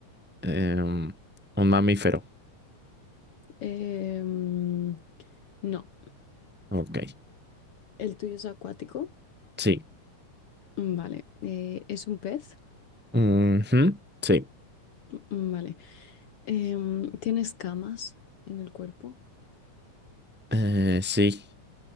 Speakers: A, in the centre; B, on the left (about 55°).
A: em, un mamífero.
B: Eh, mm, no,
A: Ok.
B: el tuyo es acuático,
A: Sí.
B: Mm, vale. Eh, ¿es un pez?
A: Ujú, Sí,
B: Mm, Vale. Eh, mm, ¿tienes camas en el cuerpo?
A: Eh, sí,